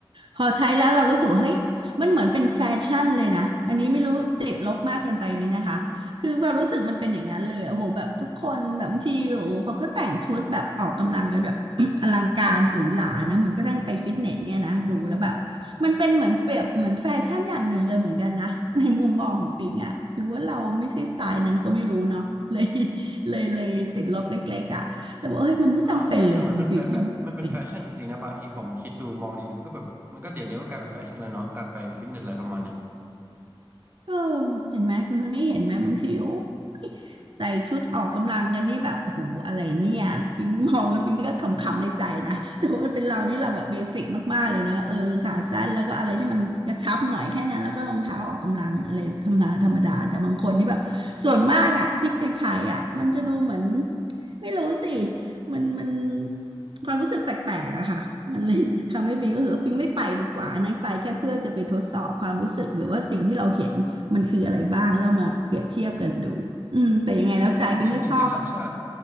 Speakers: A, on the right; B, on the right.
A: พอใช้แล้วเรารู้สึกว่าเฮ้ยมันเหมือนเป็นแฟชั่นเลยนะอันนี้ไม่รู้ติดลบมากเกินไปไหมนะคะ คือความรู้สึกมันเป็นอย่างนั้นเลยอะโอ้โหแบบทุกคนแบบบางทีโอ้โหเขาก็แต่งชุดแบบออกกำลังกันแบบ <coughs> <clears throat> อลังการหรูหรานะเหมือนก็ตั้งไปฟิตเนสเนี่ยนะดูแล้วแบบมันเป็นเหมือนเปรียบเหมือนแฟชั่นอย่างหนึ่งเลยเหมือนกันนะ <laughs> ในมุมมองของปิงอะหรือว่าเราไม่ใช่สไตล์นั้นก็ไม่รู้เนาะ <laughs> เลยเลยเลยติดลบเล็กๆอะแต่ว่าเอ้ยมันไม่จำเป็นเลยอะจริงๆแล้วมันไม่จำเป็น
B: เออใช่ใช่มันเป็นแฟชั่นมันเป็นแฟชั่นจริงๆนะบางทีผมคิดดูมองดีๆมันก็แบบมันก็เดี๋ยวนี้ก็กลายเป็นแฟชั่นแล้วเนาะการไปฟิตเนสอะไรประมาณเนี้ย
A: เออเห็นไหมคุณโทนี่เห็นไหมบางทีโอ้ ใส่ชุดออกกำลังกันนี่แบบโอ้โหอะไรเนี่ยปิงมองแล้วปิงก็ขำๆในใจนะแต่ว่าเป็นเรานี่เราแบบเบสิกมากๆเลยนะเออขาสั้นแล้วก็อะไรที่มันกระชับหน่อยแค่นั้นแล้วก็รองเท้าออกกำลังอะไรธรรมดาธรรมดาแต่บางคนนี่แบบส่วนมากอ่ะที่ไปใช้อ่ะมันจะดูเหมือนไม่รู้สิมันมันความรู้สึกแปลกๆอะค่ะมันเลยทำให้ปิงรู้สึกว่าปิงไม่ไปดีกว่าอันนั้นไปแค่เพื่อจะไปทดสอบความรู้สึกหรือว่าสิ่งที่เราเห็น มันคืออะไรบ้างแล้วมาเปรียบเทียบกันดูอืมแต่ยังไงแล้วใจบิงก็ชอบ
B: จริงๆจริงๆนะใช่